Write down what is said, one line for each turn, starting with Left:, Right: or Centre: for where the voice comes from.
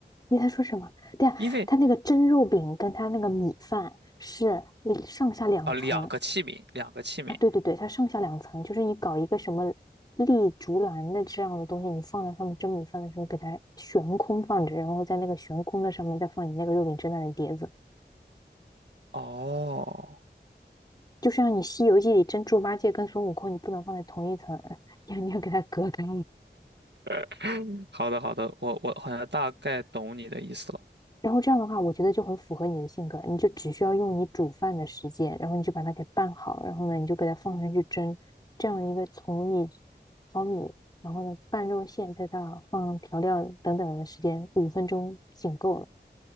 Left: 你在说什么？对呀，
Right: 因为
Left: 他那个蒸肉饼跟他那个米饭是上下两层
Right: 啊、两个器皿，两个器皿。
Left: 啊！对对对，它上下两层，就是你搞一个什么立竹篮的这样的东西，你放在上面蒸米饭的时候，给它悬空放着，然后在那个悬空的上面再放你那个肉饼蒸蛋的碟子，
Right: 哦，
Left: 就像你《西游记》里蒸猪八戒跟孙悟空，你不能放在同一层，<laughs> 你要你要给它隔开。
Right: <laughs> 好的好的，我我好像大概懂你的意思了。
Left: 然后这样的话，我觉得就很符合你的性格，你就只需要用你煮饭的时间，然后你就把它给拌好，然后呢，你就给它放上去蒸，这样一个从你淘米，然后呢拌肉馅，再到放调料等等的时间，五分钟仅够了。